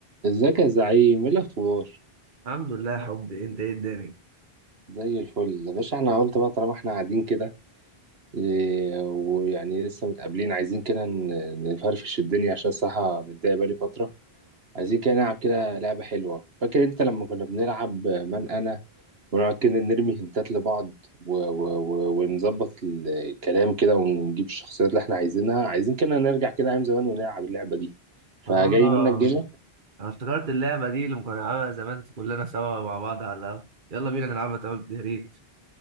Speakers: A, on the right (about 70°); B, on the right (about 55°).
A: ازيك يا زعيم ايه الاخبار
B: الحمد لله يا حبي انت ايه الدنيا
A: زي الفل يا باشا احنا قلت بقى طالما احنا قاعدين كده إيه، ويعني لسه متقابلين عايزين كده ن- نفرفش الدنيا عشان الصراحه متضايق بقالي فتره عايزين كده نلعب كده لعبه حلوه فاكر انت لما كنا بنلعب من انا ونقعد كده نرمي هنتات لبعض و و و ونظبط الكلام كده ونجيب الشخصيات اللي احنا عايزينها عايزين كده نرجع كده ايام زمان ونلعب اللعبه دي فجاي
B: اه
A: منك جيمه
B: انا افتكرت اللعبه دي اللي كنا بنلعبها زمان كلنا سوا مع بعض على القهوة. يلا بينا نلعبها طب يا ريت